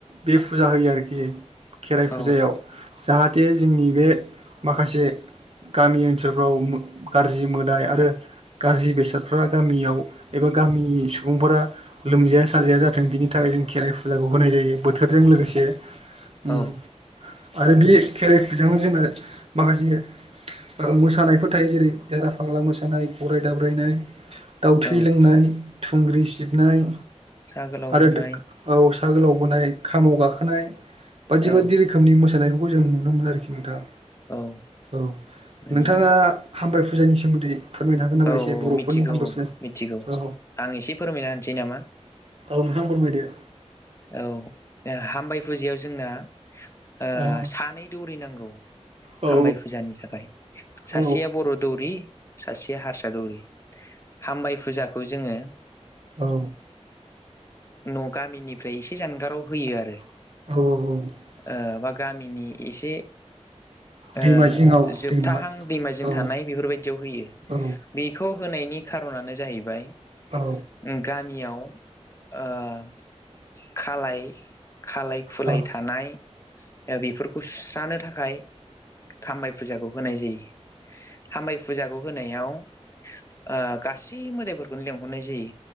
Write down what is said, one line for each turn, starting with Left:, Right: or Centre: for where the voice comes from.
Right: बे फुजा होयो आरोखि। खेराइ फुजायाव।
Left: औ
Right: जाहाथे जोंनि बे माखासे गामि ओनसोलफ्राव गाज्रि मोदाय आरो गाज्रि बेसादफ्रा गामियाव एबा गामिनि सुबुंफोरा लोमजाया साजाया जाथों बिनि थाखाय जों खेराइ फुजाखौ होनाय जायो। बोथोरजों लोगोसे ओम।
Left: औ
Right: आरो बे खेराइ फुजायावनो जोंना माखासे ओ मोसानायफोर थायो जेरै जारा फाग्ला मोसानाय, गराय दाब्रायनाय, दाउ थै
Left: औ
Right: लोंनाय थुंग्रि सिबनाय
Left: सा गोलाव
Right: आरो
Left: बोनाय।
Right: औ गोलाव बोनाय खामाव गाखोनाय बायदि
Left: औ
Right: बायदि रोखोमनि मोसानायफोरखौ जों नुनो मोनो आरोखि नोंथां
Left: औ
Right: औ
Left: नंगौ
Right: नोंथाङा हामबाय फुजानि सोमोन्दै फोरमायनो हागोन नामा
Left: औ
Right: एसे बर'फोरनि
Left: औ मिथिगौ
Right: हामबाय
Left: औ मिथिगौ
Right: औ
Left: आं एसे फोरमायना होनसै नामा
Right: ओ नोंथां फोरमायदो
Left: औ हामबाय फुजायाव जोंना ओ
Right: औ
Left: सानै दौरि नांगौ
Right: औ
Left: हामबाय फुजानि थाखाय सासेया
Right: औ
Left: बर' दौरि सासेया हारसा दौरि हामबाय फुजाखौ जोंङो
Right: औ
Left: न' गामिनिफ्राय एसे जानगाराव होयो आरो
Right: <unintelligible>
Left: ओ बा गामिनि एसे ओ
Right: दैमा जिङाव
Left: जोबथाहां
Right: दैमा
Left: दैमाजों
Right: औ
Left: थानाय बेफोरबायदियाव होयो
Right: औ
Left: बेखौ होनायनि खारनानो जाहैबाय
Right: औ
Left: उम गामियाव ओ खालाय खालाय
Right: औ
Left: खुलाय थानाय बेफोरखौ सुस्रानो थाखाय खामबाय फुजाखौ होनाय जायो। खामबाय फुजाखौ होनायाव ओ गासै मोदायफोर खौनो लेंहरनाय जायो